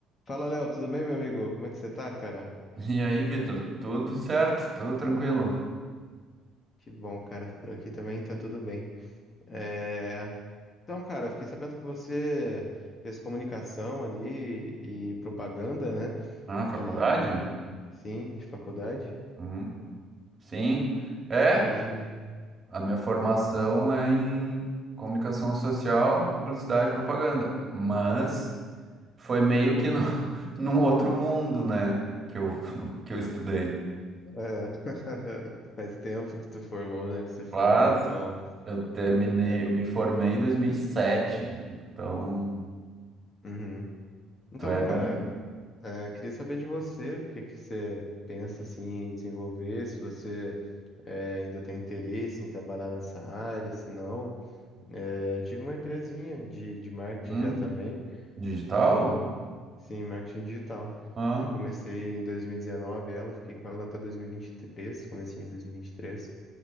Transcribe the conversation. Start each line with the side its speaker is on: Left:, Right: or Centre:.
Left: Fala, Léo, tudo bem, meu amigo? Como é que você tá, cara?
Right: <laughs> E aí, Vitor, tudo certo? Tudo tranquilo?
Left: Que bom, cara. Por aqui também tá tudo bem. É, Então, cara, eu fiquei sabendo que você fez comunicação ali e propaganda, né?
Right: Ah,
Left: E
Right: faculdade?
Left: sim, de faculdade.
Right: Hum, sim. É,
Left: Hoje
Right: a minha formação é em comunicação social, publicidade e propaganda. Mas foi meio que no, <laughs> num outro mundo, né? Que eu, <laughs> que eu estudei.
Left: é, <laughs> faz tempo que tu formou, né? Que você falou,
Right: Mas
Left: então.
Right: eu terminei,
Left: é,
Right: eu me formei em 2007. Então,
Left: Uhum. Então,
Right: tu era
Left: cara.
Right: um
Left: É, queria saber de você, o que que você pensa assim, em desenvolver, se você é, ainda tem interesse em trabalhar nessa área, se não. É, eu tive uma empresinha de, de marketing
Right: hum,
Left: já também,
Right: digital?
Left: e sim, marketing digital.
Right: Ah,
Left: Eu comecei em 2019 ela, fiquei com ela até 2023, comecinho de 2023.